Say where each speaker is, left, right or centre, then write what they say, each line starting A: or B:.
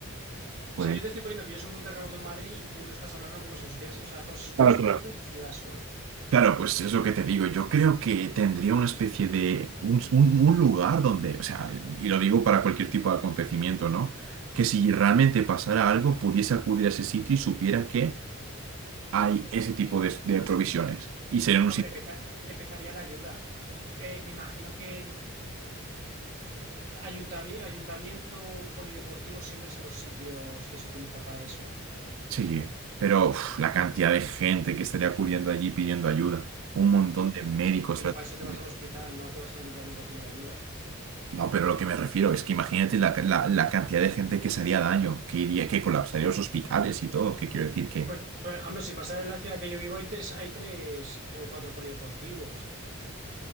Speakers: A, on the right; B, on the right.
A: Pues,
B: O sea, yo te estoy poniendo que yo sufro un terremoto en Madrid y tú lo estás hablando como si lo sufrieras, o sea, como si sufrieras
A: Claro,
B: un
A: claro.
B: terremoto en tu ciudad solo.
A: Claro, pues es lo que te digo. Yo creo que tendría una especie de un, un- un lugar donde, o sea, y lo digo para cualquier tipo de acontecimiento, ¿no? Que si realmente pasara algo, pudiese acudir a ese sitio y supiera que hay ese tipo de, de provisiones. Y sería un
B: Hombre,
A: sitio.
B: empeza- empezaría la ayuda. Eh, me imagino que ayuntami- ayuntamiento polideportivo siempre son los sitios que se utilizan para eso.
A: Sí, pero uf, la cantidad de gente que estaría acudiendo allí pidiendo ayuda. Un montón de médicos.
B: Pero
A: tratando
B: para eso te
A: de-
B: vas al hospital, no te vas al ayuntamiento a pedir ayuda.
A: No, pero lo que me refiero es que imagínate la, la- la cantidad de gente que se haría daño, que iría, que colapsaría los hospitales y todo. ¿Qué quiero decir? que
B: Pues, por ejemplo, si pasas en la ciudad que yo vivo, hay tres, hay tres eh, o cuatro polideportivos.